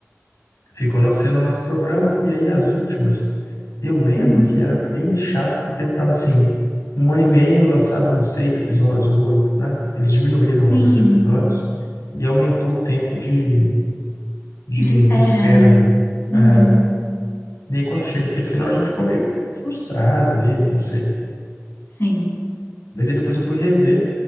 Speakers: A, on the left (about 75°); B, on the left (about 45°).
A: ficou no sendo o nosso programa e aí as últimas eu lembro
B: Uhum.
A: que era bem chato porque ficava assim, um ano e meio lançavam seis episódios, oito, né? Eles diminuíram o
B: Sim.
A: número de episódios e aumentou o tempo de, de,
B: De espera,
A: de espera
B: né?
A: ali.
B: Uhum.
A: Ah, daí quando chega aquele final a gente ficou meio frustrado ali, né? Não sei.
B: Sim.
A: Mas aí depois eu fui rever